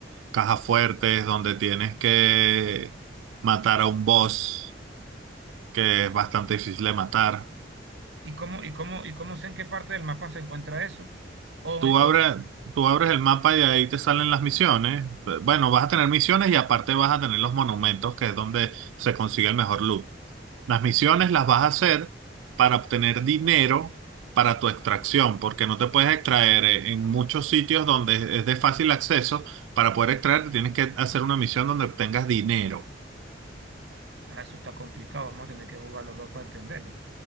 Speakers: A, on the right; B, on the right.
A: cajas fuertes, donde tienes que matar a un boss que es bastante difícil de matar.
B: ¿y cómo, y cómo, y cómo sé en qué parte del mapa se encuentra eso? O,
A: Tú
B: eh,
A: abres,
B: o-
A: tú abres el mapa y ahí te salen las misiones. B- Bueno, vas a tener misiones y aparte vas a tener los monumentos, que es donde se consigue el mejor loot. Las misiones las vas a hacer para obtener dinero para tu extracción, porque no te puedes extraer eh, en muchos sitios donde es de fácil acceso. Para poder extraer, tienes que hacer una misión donde obtengas dinero.
B: ah, eso está complicado, vamos a tener que jugar los dos para entenderlo.